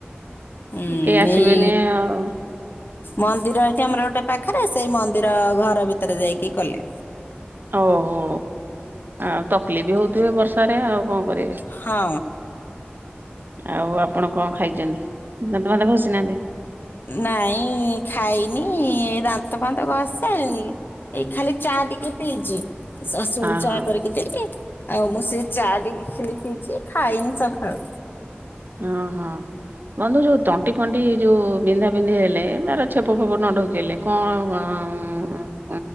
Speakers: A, on the left; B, on the right.
A: ହୁଁ
B: କେହି ଆସିବେନି
A: ନେଇ
B: ଆଉ
A: ମନ୍ଦିର ଏଠି ଆମର ଗୋଟେ ପାଖେରେ ସେଇ ମନ୍ଦିର ଘର ଭିତରେ ଯାଇକି କଲେ।
B: ଓହୋ। ଆଉ ତକଲିଫ୍ ବି ହଉଥିବେ ବର୍ଷାରେ ଆଉ କଣ କରିବେ
A: ହଁ।
B: ଆଉ ଆପଣ କଣ ଖାଇଛନ୍ତି? ଦାନ୍ତ ଫାନ୍ତ ଘଷି ନାହାନ୍ତି
A: ନାଇଁ ଖାଇନି ଏଇ ଦାନ୍ତ ଫାନ୍ତ ଘଷି ସାଇଲିଣି, ଏଇ ଖାଲି ଚା ଟିକେ ପିଇଚି। ଶାଶୂଙ୍କୁ
B: ହଁ
A: ଚା
B: ହଁ।
A: କରିକି ଦେଲି ଆଉ ମୁଁ ସେ ଚା ଟିକେ ଖାଲି ପିଇଚି, ଖାଇନି ସଖାଳୁ।
B: ହଁ ହଁ। ବନ୍ଧୁ ଯୋଉ ତଣ୍ଟି ଫଣ୍ଟି ଯୋଉ ବିନ୍ଧା ବିନ୍ଧି ହେଲେ, ଧର ଛେପ ଫେପ ନ ଢ଼ୋକିହେଲେ କଣ କଣ ହଁ ମୁଁ